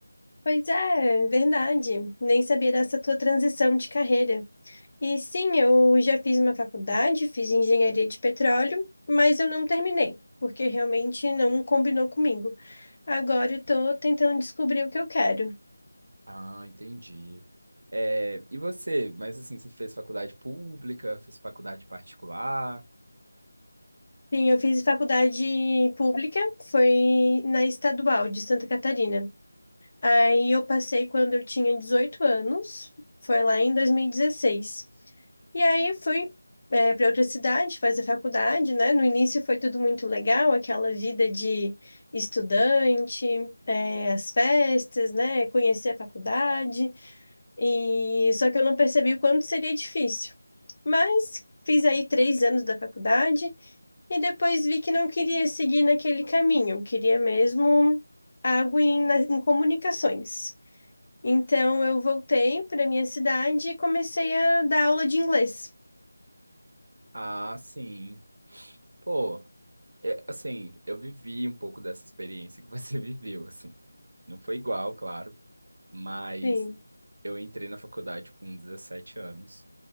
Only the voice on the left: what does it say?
Pois é, verdade. Nem sabia dessa tua transição de carreira. E sim, eu já fiz uma faculdade, fiz engenharia de petróleo, mas eu não terminei, porque realmente não combinou comigo. Agora eu tô tentando descobrir o que eu quero.
Sim, eu fiz faculdade pública, foi na Estadual de Santa Catarina. Aí eu passei quando eu tinha 18 anos, foi lá em 2016. E dezesseis. E aí fui, para outra cidade fazer faculdade, né? No início foi tudo muito legal, aquela vida de estudante, é, as festas, né? Conhecer a faculdade. E só que eu não percebi o quanto seria difícil. Mas fiz aí três anos da faculdade e depois vi que não queria seguir naquele caminho, eu queria mesmo algo em, na- em comunicações. Então eu voltei para minha cidade e comecei a dar aula de inglês.
Sim,